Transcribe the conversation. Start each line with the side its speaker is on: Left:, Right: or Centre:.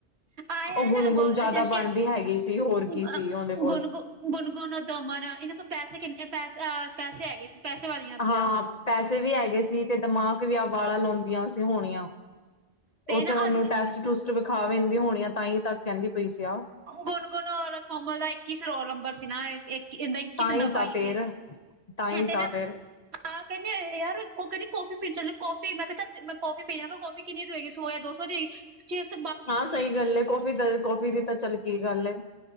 Right: ਆਹ ਯਾਰ
Left: ਉਹ ਗੁਣਗੁਣ
Right: ਗ
Left: ਜ਼ਿਆਦਾ
Right: ਜਮ ਕੇ
Left: ਬਣਦੀ ਹੈਗੀ ਸੀ ਹੋਰ
Right: ਗੁਣਗੁਣ
Left: ਕੀ ਸੀ ਉਹਦੇ ਕੋਲ
Right: ਗੁਣਗੁਣ ਦਮਨ ਇਹਨਾਂ ਕੋਲ ਪੈਸੇ ਕਿੰਨੇ ਪੈਸ ਪੈਸੇ ਹੈਗੇ ਸੀ। ਪੈਸੇ ਵਾਲੀਆਂ। ਸੀਗਾ
Left: ਹਾਂ ਪੈਸੇ ਵੀ ਹੈਗੇ ਸੀ ਤੇ ਦਿਮਾਗ ਵੀ ਆ ਵਾਲਾ ਲਾਉਂਦੀਆਂ ਸੀ ਹੋਣੀਆਂ।
Right: ਤੇ
Left: ਉੱਥੇ
Right: ਨਾ
Left: ਉਹਨੂੰ
Right: ਆਦਮ
Left: ਟੈਸਟ ਟੂਸਟ ਵਿਖਾਦੀ ਹੋਣੀਆਂ ਤਾਂ ਹੀ ਤੱਕ ਕਹਿੰਦੀ ਪਈ ਸੀ ਆ।
Right: ਗੁਣਗੁਣ ਔਰਕੋਮਲ ਦਾ ਇੱਕੀ ਰੋਲ ਨੰਬਰ ਸੀ ਨਾ ਇਕ। ਇੱਕੀ ਕਿਸੀ
Left: ਤਾਂ ਹੀ
Right: ਦਾ
Left: ਤਾਂ
Right: ਬਾਈ
Left: ਫੇਰ
Right: ਸੀ
Left: ਤਾਂ ਹੀ
Right: ਹੈ ਤੇ
Left: ਤਾਂ
Right: ਨਾ
Left: ਫੇਰ
Right: ਹਾਂ ਕਹਿੰਦੇ ਯਾਰ ਕਹਿੰਦੀ ਕਾਫੀ ਪੀਣ ਚੱਲ ਕਾਫੀ ਮੈਂ ਕਿਹਾ ਕੋਫੀ ਪਹਿਲ ਤਾਂ ਕੋਫੀ ਕਿੰਨੀ ਦੀ ਹੋ ਹੈਗੀ ਸੌ ਜਾਂ ਦੋ ਸੌ ਦੀ ਹੈਗੀ। ਜਿਸ
Left: ਹਾਂ ਸਹੀ ਗੱਲ ਏ ਕੌਫੀ ਦਾ ਕੌਫੀ ਦੀ ਤਾਂ ਚੱਲ ਕੀ ਗੱਲ ਏ।